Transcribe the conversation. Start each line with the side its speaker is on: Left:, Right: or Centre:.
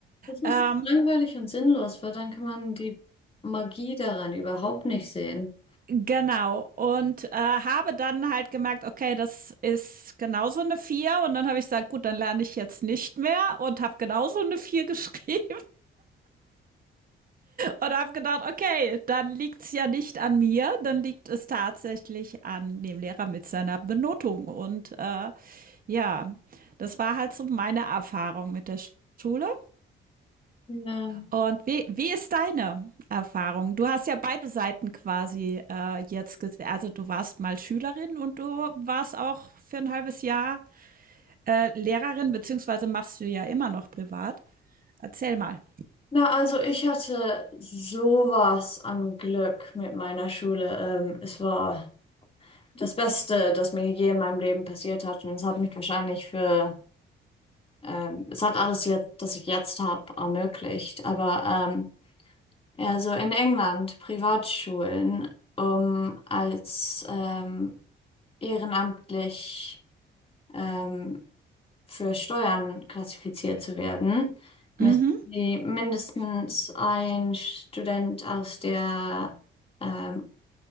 Left: Das ist
Right: Ähm,
Left: langweilig und sinnlos, weil dann kann man die Magie daran überhaupt nicht sehen.
Right: Genau. Und äh, habe dann halt gemerkt, okay, das ist genauso eine vier Und dann habe ich gesagt, gut, dann lerne ich jetzt nicht mehr und habe genauso eine vier <laughs> geschrieben und habe gedacht, okay, dann liegt's ja nicht an mir, dann liegt es tatsächlich an dem Lehrer mit seiner Benotung. Und äh, ja, das war halt so meine Erfahrung mit der Schule.
Left: Ja.
Right: Und wie, wie ist deine Erfahrung? Du hast ja beide Seiten quasi äh, jetzt gesehen. Also du warst mal Schülerin und du warst auch für ein halbes Jahr äh, Lehrerin, beziehungsweise machst du ja immer noch privat. Erzähl mal.
Left: Na, also ich hatte sowas an Glück mit meiner Schule. Ähm, es war das Beste, das mir je in meinem Leben passiert hat. Und es hat mich wahrscheinlich für, ähm, es hat alles jetzt, das ich jetzt habe, ermöglicht. Aber ähm, ja, so in England, Privatschulen, um als ähm, ehrenamtlich ähm, für Steuern klassifiziert zu werden, müssen
Right: Mhm.
Left: Sie mindestens ein Student aus der ähm,